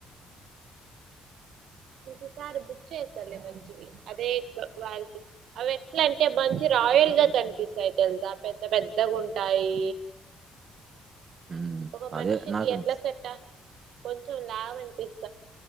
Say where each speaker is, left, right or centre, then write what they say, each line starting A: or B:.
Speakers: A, on the right (about 75°); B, on the right (about 40°).
A: ఒకసారి బుక్ చేస్తాలే, మంచివి అదే క్వాలిటీ అవి ఎట్లా అంటే మంచి రాయల్ గా కనిపిస్తాయి తెలుసా పెద్ద పెద్దగా ఉంటాయి.
B: హ్మ్.
A: ఒక
B: అదే
A: మనిషికి
B: నాకనిపిస్తుంది.
A: ఎట్ల చెట్ట కొంచెం లాభ అనిపిస్తది.